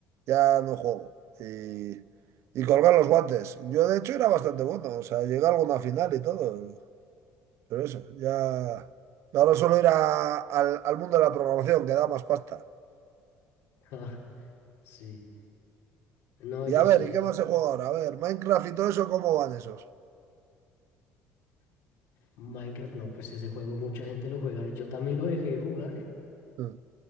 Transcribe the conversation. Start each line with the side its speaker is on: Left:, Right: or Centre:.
Right: ya no juego. Y, y colgar los guantes. Yo de hecho era bastante bueno, o sea, llegué a alguna final y todo, pero eso, ya... Ahora solo ir a- al, al mundo de la programación, que da más pasta.
Left: Ah, sí. No,
Right: Y
Left: yo
Right: a
Left: sí.
Right: ver, ¿y qué más se juega ahora? A ver, Minecraft y todo eso, ¿cómo van esos?
Left: Minecraft, no, pues ese juego mucha gente lo juega. Yo también lo dejé de jugar,
Right: Mm,